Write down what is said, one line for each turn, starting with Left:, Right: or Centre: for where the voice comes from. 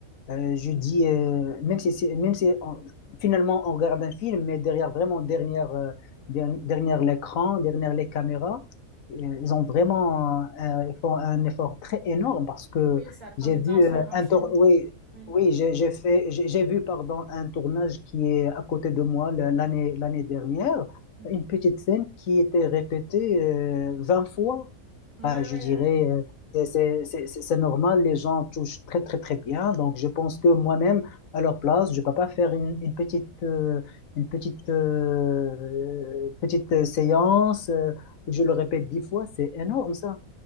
Left: Euh, je dis, euh, même si, c'est- même si on- finalement on regarde un film, mais derrière vraiment, derrière, euh, der- derrière l'écran, derrière les caméras, euh, ils ont vraiment, euh, ils font un effort très énorme parce que
Right: oui, ça prend
Left: j'ai
Right: du
Left: vu
Right: temps de faire
Left: euh,
Right: un
Left: un
Right: film.
Left: tour, oui,
Right: Oui.
Left: oui, j'ai j'ai fait, j'ai j'ai vu, pardon, un tournage qui est à côté de moi le- l'année, l'année dernière,
Right: Mhm.
Left: une petite scène qui était répétée euh, 20 fois.
Right: Ouais,
Left: Enfin,
Right: ouais,
Left: je dirais
Right: ouais.
Left: euh, c'est c'est- c'est- c'est- c'est normal, les gens touchent très très très bien. Donc je pense que moi-même, à leur place, je ne peux pas faire une, une petite, euh, une petite, euh, petite euh, séance. euh, je le répète dix fois, c'est énorme ça.